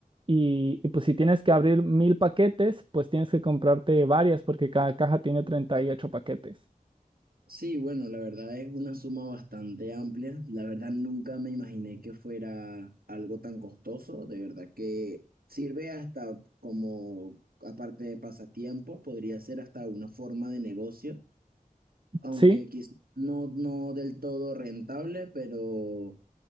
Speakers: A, on the right; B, on the right.
A: Y, y, pues si tienes que abrir mil paquetes, pues tienes que comprarte varias porque cada caja tiene 38 paquetes.
B: Sí, bueno, la verdad es una suma bastante amplia. La verdad nunca me imaginé que fuera algo tan costoso. De verdad que sirve hasta como, aparte de pasatiempo, podría ser hasta una forma de negocio, aunque
A: Sí,
B: quizás no, no del todo rentable, pero